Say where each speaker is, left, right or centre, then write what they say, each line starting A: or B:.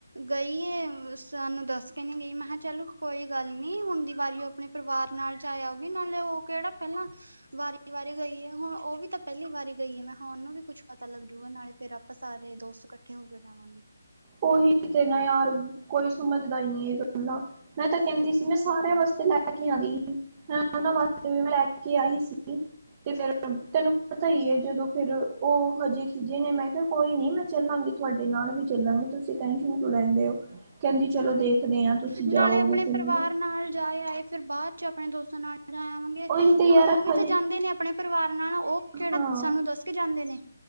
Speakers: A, on the right (about 85°); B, on the right (about 25°).
A: ਗਈ ਏ, ਸਾਨੂੰ ਦੱਸ ਕੇ ਨਹੀ ਗਈ, ਮਹਾਂ ਚਲੋ ਕੋਈ ਗੱਲ ਨੀ, ਹੁਣ ਦੀ ਵਾਰੀ ਉਹ ਆਪਣੇ ਪਰਿਵਾਰ ਨਾਲ ਜਾਇਆ ਊ ਗੀ, ਉਹ ਨਾਲੇ ਉਹ ਕਿਹੜਾ ਪਹਿਲਾਂ ਵਾਰੀ- ਵਾਰੀ ਗਈ ਏ, ਹੁਣ ਉਹ ਵੀ ਤਾਂ ਪਹਿਲੀ ਵਾਰੀ ਗਈ ਐ, ਮਹਾਂ ਉਹਨੂੰ ਵੀ ਕੁੱਛ ਪਤਾ ਲੱਗਜੂਗਾ, ਨਾਲੇ ਫੇਰ ਆਪਾਂ ਸਾਰੇ ਦੋਸਤ ਇਕੱਠੇ ਹੋ ਕੇ ਜਾਵਾਂਗੇ।
B: ਉਹੀ ਤੇ ਨਾ ਯਾਰ, ਕੋਈ ਸਮਝਦਾ ਈ ਨੀ ਹੈਗਾ। ਨਾ ਮੈਂ ਤਾਂ ਕਹਿੰਦੀ
A: ਸਹੀ
B: ਸੀ,
A: ਗੱਲ
B: ਮੈਂ ਸਾਰਿਆਂ ਵਾਸਤੇ ਲੈ ਲੈ ਕੇ ਆਉਂਦੀ, ਉਹਨਾਂ ਵਾਸਤੇ ਵੀ ਮੈਂ ਲੈ ਕੇ ਆਈ ਸੀ, ਤੇ ਫੇਰ ਤੈਨੂੰ ਪਤਾ ਈ ਐ, ਜਦੋਂ ਫੇਰ ਉਹ ਹਜੇ ਖਿਜੇ ਨੇ, ਮੈਂ ਕਿਹਾ ਕੋਈ ਨੀ ਮੈਂ ਚੱਲਾਂਗੀ, ਤੁਹਾਡੇ ਨਾਲ ਵੀ ਚੱਲਾਂਗੀ। ਤੁਸੀਂ ਟੈਸ਼ਨ ਕਿਉਂ ਲੈਂਦੇ ਹੋ, ਕਹਿੰਦੀ ਚਲੋ
A: ਅੱਛਾ
B: ਦੇਖਦੇ ਆ, ਤੁਸੀਂ ਜਾਓਗੇ
A: ਨਾਲੇ ਆਪਣੇ
B: ਕਿਵੇਂ
A: ਪਰਿਵਾਰ ਨਾਲ ਜਾ ਆਏ, ਫਿਰ ਬਾਅਦ ਚ ਆਪਣੇ ਦੋਸਤਾਂ ਨਾਲ ਜਾ ਆਵਾਂਗੇ,
B: ਉਹੀ ਤੇ
A: ਹੁਣ
B: ਯਾਰ
A: ਉਹ ਵੀ ਤਾਂ
B: ਹਜੇ
A: ਜਾਂਦੇ ਨੇ ਆਪ ਆਪਣੇ ਪਰਿਵਾਰ ਨਾਲ, ਉਹ ਕਿਹੜਾ
B: ਹਾਂ
A: ਸਾਨੂੰ ਦੱਸ ਕੇ ਜਾਂਦੇ ਨੇ।